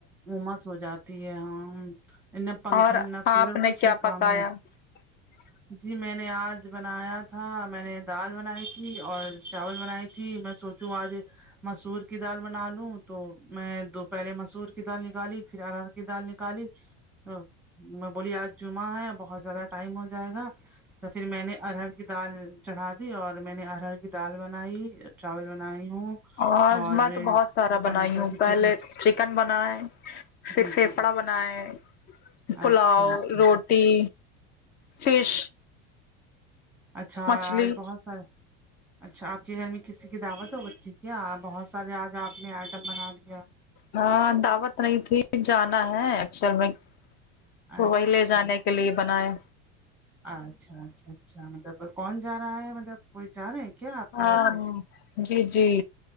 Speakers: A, in the centre; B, on the left.
A: مومس ہو جاتی ہے ہاں نہ پنکھا
B: اور
A: نہ کولر
B: آپ نے
A: کچھ
B: کیا
A: بھی کام ہے
B: <inaudible>
A: جی میں نے آج بنایا تھا میں نے دال بنائی تھی اور چاول بنائی تھی میں سو تو آج مسور کی دال بنا لوں تو میں دو پہلے مسور کی دال نکالی پھر انار کی دال نکالی تو میں بولی آج جمعہ ہے بہت زیادہ ٹائم ہو جائے گا تو پھر میں نے ارہر کی دال چڑھا دی اور میں نے ارہر کی دال بنائی چاول بنائی ہوں
B: آج
A: اور
B: میں تو بہت سارا
A: ٹماٹر
B: بنائی ہوں
A: کی
B: پہلے
A: چٹنی
B: چکن بنائے پھر
A: جی
B: پھیپڑا
A: جی جی
B: بنائے پلاؤ
A: اچھا اچھا
B: روٹی فش
A: اچھاج
B: مچھلی
A: بہت سارا اچھا آپ کے گھر میں کسی کی دعوت ہو گئی تھی کیا بہت سارے آج آپ نے آئٹم بنا لیا
B: ہاں دعوت نہیں تھی جانا ہے ایکچول میں تو
A: اچھا
B: وہی لے جانے کے لیے بنائیں
A: اچھا اچھا اچھا مطلب کون جا رہا ہے مطلب کوئی جا رہے ہیں کیا آپ کے
B: ہاں
A: گھر سے
B: جی جی